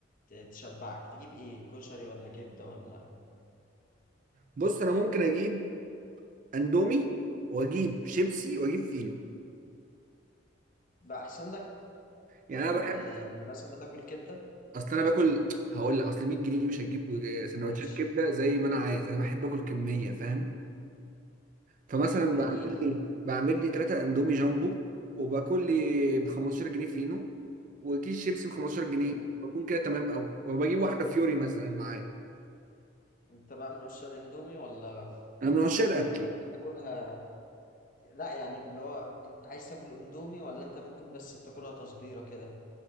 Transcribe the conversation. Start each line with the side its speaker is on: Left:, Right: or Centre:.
Left: ت- تشبعك تجيب ايه كشري ولا كبده ولا
Right: بص انا ممكن اجيب اندومي واجيب شيبسي واجيب فينو
Left: بقى احسن لك
Right: يعني
Left: من
Right: انا بحب
Left: آه، من مثلا ما تاكل كبده
Right: اصل انا باكل هقول لك اصل 100 جنيه دي مش هتجيب سندوتشات
Left: ماشي
Right: كبده زي ما انا عايز انا بحب اكل كميه فاهم فمثلا
Left: جميل
Right: بعمل لي بعمل لي ثلاثة اندومي جامبو وباكل لي ب 15 جنيه فينو وكيس شيبسي ب 15 جنيه
Left: مم.
Right: بكون كده تمام قوي وبجيب واحدة فيوري مثلا معايا
Left: انت بقى من عشاق الاندومي ولا
Right: انا من عشاق الاكل
Left: ولا ممكن تاكلها لا يعني اللي هو انت عايز تاكل اندومي ولا انت ممكن بس بتاكلها تصبيره كده